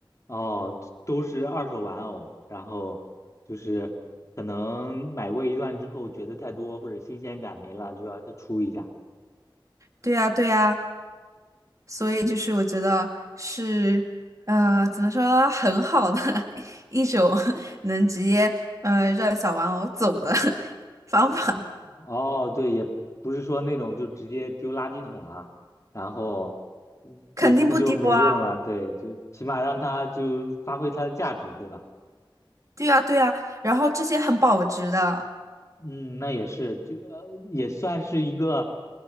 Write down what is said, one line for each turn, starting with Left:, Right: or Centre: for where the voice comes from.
Left: 哦，都是二手玩偶，然后就是可能买过一段之后觉得太多或者新鲜感没了，就要再出一下。
Right: 对呀，对呀，所以就是我觉得是呃，怎么说，很好的 <laughs> 一种能直接呃让小玩偶走的 <laughs> 方法，
Left: 哦，对，也不是说那种就直接丢垃圾桶了，然后嗯就那就没用了，
Right: 肯定不丢啊，
Left: 对，就起码让它就发挥它的价值，对吧？
Right: 对啊对啊，然后这些很保值的，
Left: 嗯，那也是，就呃也算是一个